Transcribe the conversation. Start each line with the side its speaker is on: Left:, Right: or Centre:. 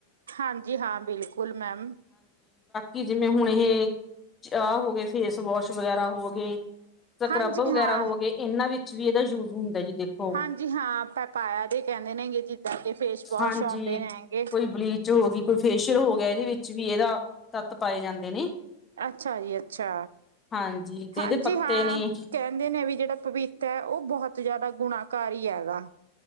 Right: ਹਾਂਜੀ ਹਾਂ ਬਿਲਕੁਲ ਮੈਮ
Left: ਜੀ ਜਿਵੇਂ ਹੁਣ ਇਹ ਚਾਹ ਹੋ ਗਏ ਫੇਸ ਵਾਸ਼ ਵਗੈਰਾ ਹੋ ਗਏ ਸਕਰੱਬ
Right: ਹਾਂਜੀ
Left: ਵਗੈਰਾ
Right: ਹਾਂ
Left: ਹੋ ਗਏ ਇਹਨਾਂ ਵਿੱਚ ਵੀ ਇਹਦਾ ਯੂਜ ਹੁੰਦਾ ਜੀ ਦੇਖੋ
Right: ਹਾਂਜੀ ਹਾਂ ਪ ਪਾਇਆ ਦੇ ਕਹਿੰਦੇ ਨੇ ਹੈਗੇ ਜਿੱਦਾਂ ਕਿ ਫੇਸ ਵਾਸ਼
Left: ਹਾਂਜੀ
Right: ਆਉਂਦੇ ਨੇ ਹੈਗੇ
Left: ਕੋਈ ਬਲੀਚ ਹੋ ਗਈ ਕੋਈ ਫੇਸ਼ੀਅਲ ਹੋ ਗਿਆ ਇਹਦੇ ਵਿੱਚ ਵੀ ਇਹਦਾ ਤੱਤ ਪਾਏ ਜਾਂਦੇ ਨੇ
Right: ਅੱਛਾ ਜੀ ਅੱਛਾ
Left: ਹਾਂਜੀ। ਤੇ
Right: ਹਾਂਜੀ
Left: ਇਹਦੇ ਪੱਤੇ
Right: ਹਾਂ
Left: ਨੇ
Right: ਕਹਿੰਦੇ ਨੇ ਵੀ ਜਿਹੜਾ ਪਪੀਤਾ ਹੈ ਉਹ ਉਹ ਬਹੁਤ ਜਿਆਦਾ ਗੁਣਾਕਾਰੀ ਹੈਗਾ।